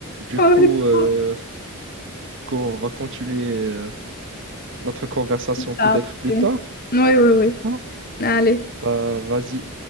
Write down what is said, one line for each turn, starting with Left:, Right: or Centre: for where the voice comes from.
Right: Du
Left: ouais,
Right: coup, euh,
Left: trop.
Right: du coup, on va continuer euh, notre conversation peut-être
Left: Ça, après.
Right: plus tard.
Left: Oui, oui,
Right: D'accord?
Left: oui. Allez.
Right: Bah, vas-y.